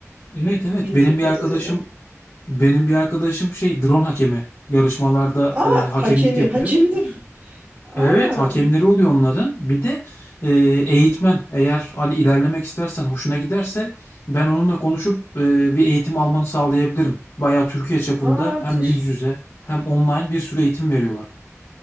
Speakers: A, on the left; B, on the right.
A: Evet evet
B: bildiğim
A: benim
B: kadarıyla.
A: bir arkadaşım benim bir arkadaşım şey drone hakemi yarışmalarda
B: Aa
A: e, hakemlik
B: hakemi,
A: yapıyor.
B: hakemi de mi? Aa,
A: Evet hakemleri oluyor onların. Bir de e, eğitmen eğer hani ilerlemek istersen hoşuna giderse ben onunla konuşup e, bir eğitim almanı sağlayabilirim. Bayağı Türkiye çapında
B: aa
A: hem
B: teş
A: yüz yüze hem online bir sürü eğitim veriyorlar.